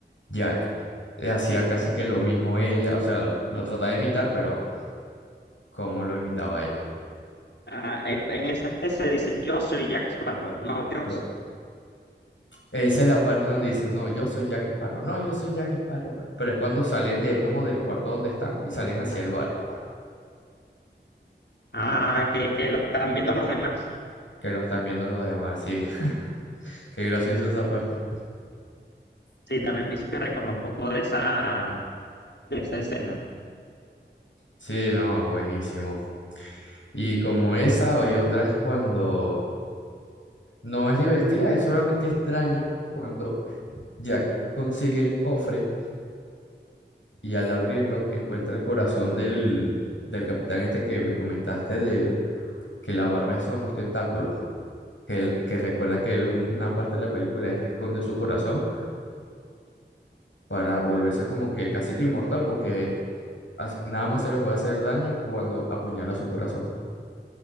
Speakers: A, on the left; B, on the left.
A: Jack eh, hacía casi que lo mismo ella, o sea, lo trataba de imitar, pero como lo imitaba él.
B: Ah, en en esas que se dicen, yo soy Jack Sparrow, no yo
A: Yo,
B: soy.
A: esa es la parte donde dicen, no, yo soy Jack Sparrow, no, yo soy Jack Sparrow. Pero es cuando salen de ahí como del cuarto donde están y salen hacia
B: Gabriel
A: el bar,
B: Figueroa. Ah, que, que lo están viendo los demás.
A: que lo están viendo los demás, sí, <laughs> qué graciosa esa parte.
B: Sí, también me hiciste recordar un poco de esa, de esa escena.
A: Sí, no, buenísimo. Y como esa, hay otras cuando no es divertida, es solamente extraña cuando Jack consigue el cofre y al abrirlo encuentra el corazón del, del capitán este que me comentaste de que la barba son los tentáculos, que, él- que recuerda que él en una parte de la película él esconde su corazón para volverse como que casi que inmortal porque hace- nada más se le puede hacer daño cuando apuñala su corazón.